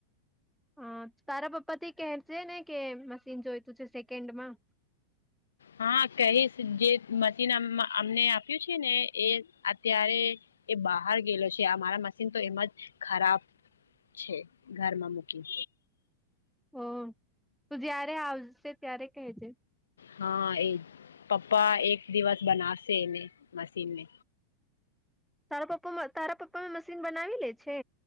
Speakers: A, in the centre; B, on the left (about 70°).
A: હ તારા પપ્પા થી કેર છે ને કે મશીન જોઈતું છે, સેકન્ડ મા
B: હા કહીશ જે મશીન અમને આપ્યું છે ને એ અત્યારે એ બહાર ગયેલો છેમારા મશીન તો એમાં જ ખરાબ છે, ઘરમાં મૂકી
A: અ, તું જયારે આવશે ત્યારે કહેજે
B: હા, એ પપ્પા એક દિવસ બનાશે એને મશીનને
A: તારા પપ્પા તારા પપ્પા મશીન બનાવી લે છે.